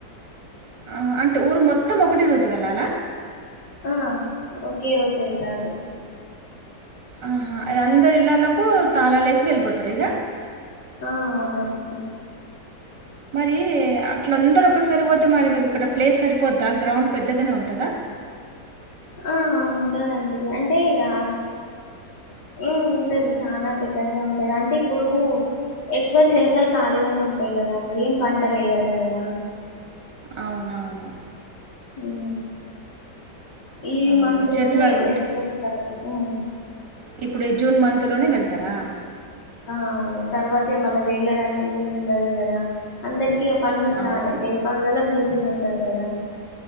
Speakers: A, on the right; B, on the left.
A: ఆ అంటే ఊరు మొత్తం ఒకటి రోజు వెళ్ళాలా
B: ఆ ఒకే రోజు వెళ్తారు
A: ఆహా అ అందరు ఇళ్లళ్ళకు తాళాలుేసి వెళ్ళిపోతారు ఇగా
B: ఆ అవునండి
A: మరి అట్లందరు ఒకసారిపోతే మరి మీకు అక్కడ ప్లేస్ సరిపోద్దా గ్రౌండ్ పెద్దగానే ఉంటుందా <inaudible>
B: ఆ ఉంటదండి అంటే ఇగా ఉ ఉంటది చనా పెద్దనే ఉంటాయి అంటే ఇప్పుడు ఎక్కువ చిలకలు ఖాళీగానే ఉంటాయి కదా అండి ఏం పంటలు లేయరు కదా
A: అవునవును
B: ఉ ఈ
A: అవును.
B: మంత్
A: చెట్లు
B: లోనే
A: అవి
B: వెళ్లేసి
A: ఉంటాయి.
B: చూస్తారు ఉ
A: ఇప్పుడు ఈ జూన్ మంత్లోనే వెళ్తారా
B: ఆ అవును తర్వాతే మళ్ళ వెళ్ళడానికి వీలు ఉండదు కదా అందరి కి పనులు స్టార్ట్
A: అవును.
B: అయితాయి పనులలా బిజీగా ఉంటారు కదా